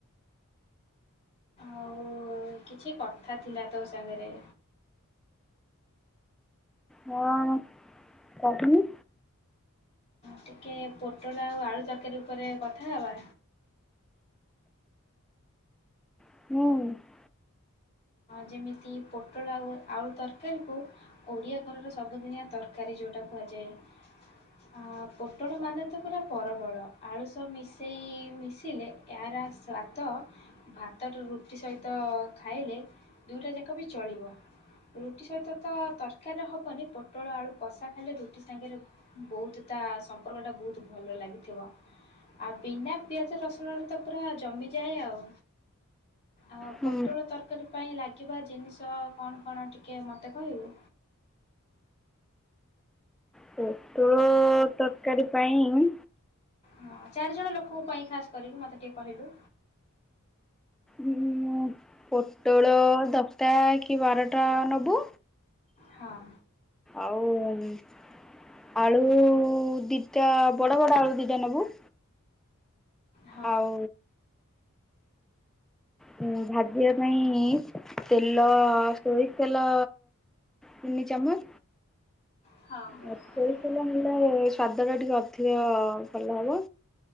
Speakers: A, on the left; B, in the centre.
A: ଆଉ କିଛି କଥା ଥିଲା ତୋ ସାଙ୍ଗରେ।
B: ହଁ କହୁନୁ।
A: ଟିକେ ପୋଟଳ ଆଉ ଆଳୁ ତରକାରୀ ଉପରେ କଥା ହେବା।
B: ହୁଁ।
A: ଯେମିତି ପୋଟଳ ଆଉ ଆଳୁ ତରକାରୀକୁ ଓଡ଼ିଆ ଘରର ସବୁଦିନିଆ ତରକାରୀ ଯଉଟା କୁହାଯାଏ। ପୋଟଳ ମାନେ ତ ପୁରା ପରବଳ ଆଳୁ ସହ ମିଶେଇ ମିଶିଲେ। ଏହାର ସ୍ୱାଦ ଭାତଟା ରୁଟି ସହିତ ଖାଇଲେ ଦୁଇଟା ଯାକ ବି ଚଳିବ। ରୁଟି ସହିତ ତ ତରକାରୀ ହବନି ପୋଟଳ ଆଳୁ କଷା ଖାଇଲେ ରୁଟି ସାଙ୍ଗରେ ବହୁତ ତା ସମ୍ପର୍କଟା ବହୁତ ଭଲ ଲାଗିଥିବ। ଆଉ ବିନା ପିଆଜ ରସୁଣରେ ତ ପୁରା ଜମିଯାଏ ଆଉ। ଆଉ
B: ହୁଁ।
A: ପୋଟଳ ତରକାରୀ ପାଇଁ ଲାଗିବା ଜିନିଷ କଣ କଣ ଟିକେ ମୋତେ କହିବୁ?
B: ପୋଟଳ ତରକାରୀ ପାଇଁ।
A: ହଁ ଚାରିଜଣ ଲୋକଙ୍କୁ ପାଇଁ ଖାସ୍ କରିକି ମତେ ଟିକେ କହିଲୁ।
B: ଉଁ ପୋଟଳ ଦଶଟା କି ବାରଟା ନବୁ।
A: ହଁ।
B: ଆଉ। ଆଳୁ ଦିଟା ବଡ ବଡ ଆଳୁ ଦିଟା ନବୁ।
A: ହଁ
B: ଆଉ। ହଁ ଭାଜିବା ପାଇଁ ତେଲ ସୋରିସ ତେଲ ତିନି ଚାମଚ।
A: ହଁ।
B: ସୋରିଷ
A: ହୁଁ।
B: ତେଲ ନେଲେ ସ୍ଵାଦ ଟା ଟିକେ ଅଧିକ ଭଲ ହବ।